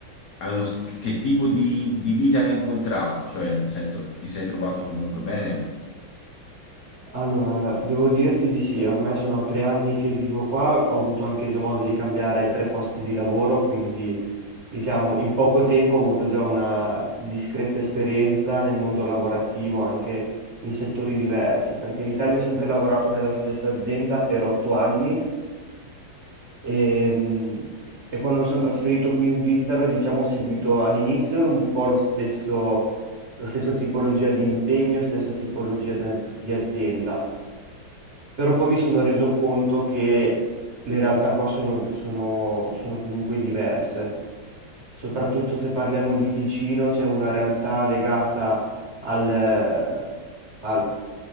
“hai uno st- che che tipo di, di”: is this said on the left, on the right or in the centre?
Left